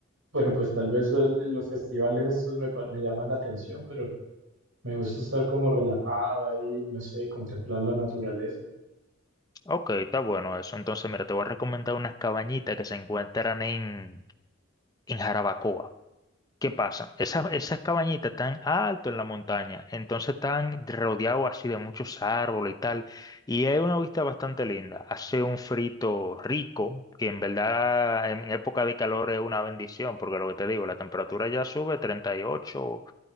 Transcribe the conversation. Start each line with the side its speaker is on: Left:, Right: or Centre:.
Right: bueno, pues tal vez el- los festivales estos me, pa- me llaman la atención, pero me gusta estar como relajado ahí, no sé, contemplar la naturaleza.
Left: Ok, está bueno eso. Entonces, mira, te voy a recomendar unas cabañitas que se encuentran en, en Jarabacoa. ¿Qué pasa? Esa- esas cabañitas están alto en la montaña, entonces están rodeados así de muchos árboles y tal, y es una vista bastante linda. Hace un frito rico, que en verdad en época de calor es una bendición, porque lo que te digo, la temperatura ya sube 38 y ocho